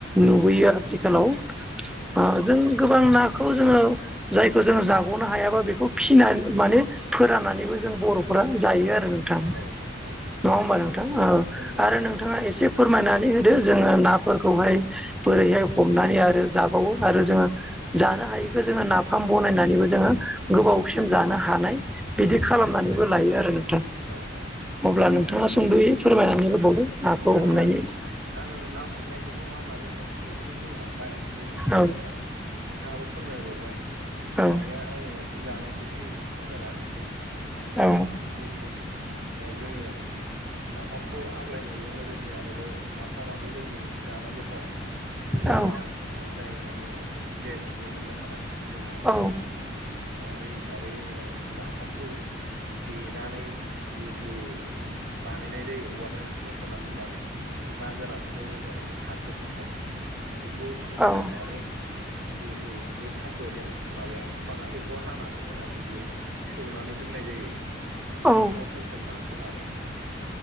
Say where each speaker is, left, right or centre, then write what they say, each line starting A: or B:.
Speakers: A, in the centre; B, on the right.
A: नुबोयो
B: औ
A: आथिखालाव ओ
B: नंगौ
A: जों गोबां नाखौ जोङो जायखौ जोङो जाग'नो हायाबा बेखौ फिना माने फोराननानैबो जों बर'फोरा जायो आरो नोंथां
B: औ औ
A: नङा होमबा नोंथां ओ
B: नंगौ
A: आरो
B: नंगौ
A: नोंथांआ एसे फोरमायनानै होदो नोंथां दो जोङो नाफोरखौहाय
B: औ
A: बोरैहाय हमनानै आरो जाबावो आरो जोङो
B: उम
A: जानो हायैखौ जोङो नाफाम बनायनानैबो जोङो
B: उम
A: गोबाव सिम जानो हानाय बिदि
B: औ
A: खालामनानैबो लायो आरो नोंथां
B: औ औ
A: अब्ला नोंथांआ सुंद'यै फोरमायनानै होबावदो नाखौ
B: दा
A: हमनायनि
B: ओ आं हमनाय हमनायखौथ' मा माजों हमो बेखौथ' बुंलांबाय बुंनाया
A: औ
B: सिगांआव नोंथांआबो फोरमायबावबाय
A: औ
B: दानिआ आङो जानायखौसो एसे फोरमायना होनोसै
A: औ
B: जि जोङो नाफामखौ हाग्रायनायजों लोगोसे आरोबाव नाफामाथ' जोंनि जानो गोथाव मोनसे जाग्रा
A: औ
B: जाय माने जि आायथायाइबो मोननो हाबाय जोंहा।
A: औ
B: बे हिसाबै जोङो नाफामखौ देनानै जिहेथु बानायनाय जायो वान इार्स थ सोनानै दोननानै ना गोरानखौ माने थास' बिसं बेखौ रफा
A: औ
B: देरनानै जिहेथु बे थास' देन माबाया बिफाङा बेखौ हानानै होनानै जे सौनानै दोननाय जायो
A: औ
B: हासङाव।
A: औ
B: थोन थोन नारसोमनानै